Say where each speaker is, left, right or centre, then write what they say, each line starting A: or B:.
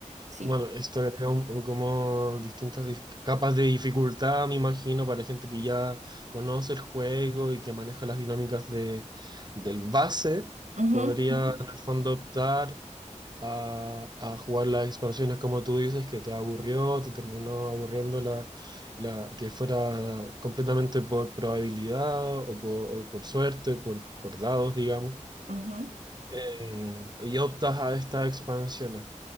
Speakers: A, on the right (about 65°); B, on the right (about 35°).
A: sí.
B: Bueno, esto agrega un- un como distintas dif- capas de dificultad, me imagino, para gente que ya conoce el juego y que maneja las dinámicas de, del base,
A: Ujú,
B: podría
A: ujú,
B: en el fondo optar a, a jugar las expansiones como tú dices, que te aburrió, te terminó aburriendo la, la, que fuera completamente por probabilidad o por, o por suerte, por, por dados, digamos
A: ujú,
B: eh, y optas a estas expansiones.